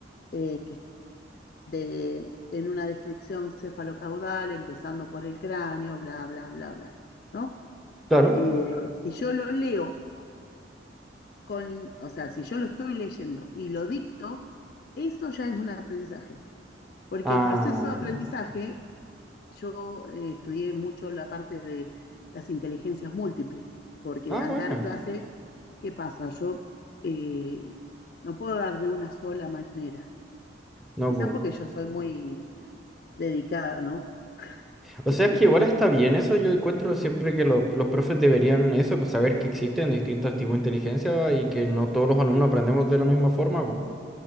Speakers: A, on the left (about 50°); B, in the centre.
A: eh, que de, en una descripción cefalocaudal, empezando por el cráneo, bla, bla, bla, bla, ¿no?
B: Claro.
A: Eh, si yo lo leo, con, o sea, si yo lo estoy leyendo y lo dicto, eso ya es un aprendizaje. Porque
B: Ah,
A: el proceso de aprendizaje, yo eh, estudié mucho la parte de las inteligencias múltiples, porque
B: ah,
A: al
B: bueno.
A: dar clase, ¿qué pasa? Yo eh, no puedo dar de una sola manera.
B: No,
A: Quizás
B: pues.
A: porque yo soy muy dedicada, ¿no? <laughs> Este,
B: O sea, es que igual está bien eso. Yo encuentro siempre que lo- los profes deberían eso, pues saber que existen distintos tipos de inteligencia y que no todos los alumnos aprendemos de la misma forma. po.